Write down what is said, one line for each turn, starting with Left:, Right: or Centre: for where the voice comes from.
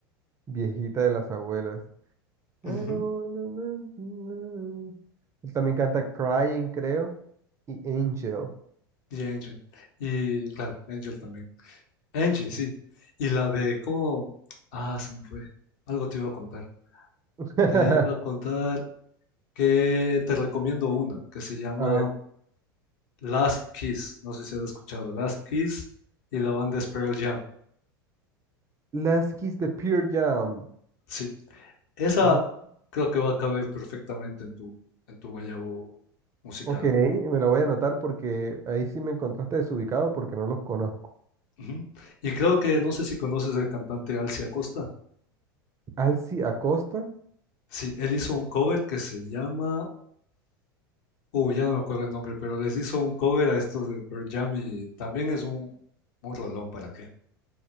Right: viejita de las abuelas. I
Left: Ujú.
Right: don't wanna- Él también canta Crying, creo, y Angel.
Left: Y Angel. Y claro, Angel también. Angie,
Right: Sí.
Left: sí. Y la de cómo... Ah, se me fue. Algo te iba a contar.
Right: <laughs>
Left: Te iba a contar que te recomiendo una que se llama
Right: A ver,
Left: Last Kiss. No sé si has escuchado. Last Kiss y la banda es Pearl Jam.
Right: Last Kiss de Pure Jam.
Left: Sí. Esa
Right: Oh,
Left: creo que va a caber perfectamente en tu, en tu guayabo musical.
Right: ok, me la voy a anotar porque ahí sí me encontraste desubicado porque no los conozco.
Left: Ujú. Y creo que no sé si conoces al cantante Alcia Costa.
Right: Alci Acosta
Left: Sí, él hizo un cover que se llama... Uh, ya no me acuerdo el nombre, pero les hizo un cover a estos de Pearl Jam y también es un, un rolón para qué.